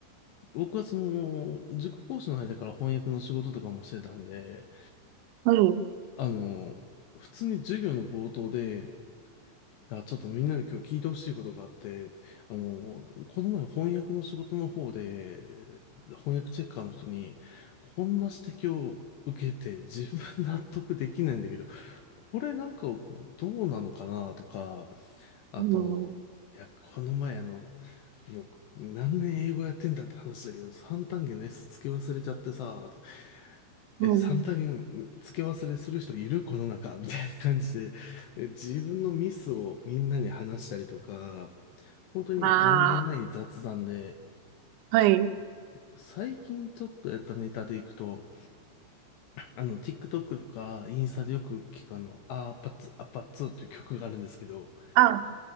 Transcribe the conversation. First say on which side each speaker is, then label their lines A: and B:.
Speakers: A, on the left; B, on the right.
A: 僕はその、塾講師の間から翻訳の仕事とかもしてたんで、
B: はい。
A: あの、普通に授業の冒頭で、あ、ちょっとみんなに今日聞いてほしいことがあって、あの、この前翻訳の仕事の方で、翻訳チェッカーの人に、こんな指摘を受けて自分納得できないんだけど、これなんかこうどうなのかなとか、あと、
B: うん。
A: いや、この前あの、もう何年英語やってんだって話だけど、三単元の S つき忘れちゃってさ、え、
B: うん。
A: 三多元付け忘れする人いるこの中みたいな感じで、え自分のミスをみんなに話したりとか、本当に何気ない雑談で、
B: ああ、はい。
A: 最近ちょっとやったネタでいくと、あの、TikTok とかインスタでよく聞くあの、アーパッツ、アパッツっていう曲があるんですけど、
B: あ、